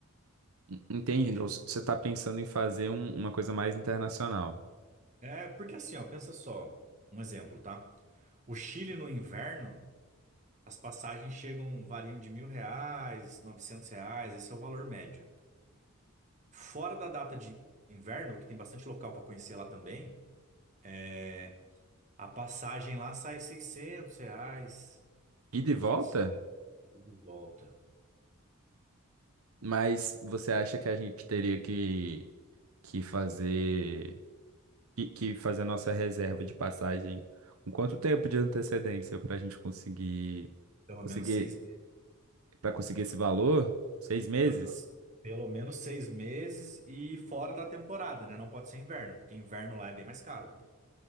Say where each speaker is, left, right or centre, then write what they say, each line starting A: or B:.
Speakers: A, on the right; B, on the right.
A: Entende?
B: A
A: Então,
B: gente...
A: você tá pensando em fazer um- uma coisa mais internacional.
B: É, porque assim, ó, pensa só, um exemplo, tá? O Chile no inverno, as passagens chegam, variam de mil reais, novecentos reais, esse é o valor médio. Fora da data de inverno, que tem bastante local pra conhecer lá também, é, A passagem lá sai 600 reais,
A: E de volta?
B: 700 e de volta.
A: Mas você acha que a gente teria que, que fazer que, que fazer a nossa reserva de passagem com quanto tempo de antecedência para a gente conseguir
B: Pelo
A: conseguir
B: menos seis meses.
A: para conseguir esse valor? Seis meses?
B: Pelo menos, pelo menos seis meses e fora da temporada, né? Não pode ser inverno, porque inverno lá é bem mais caro.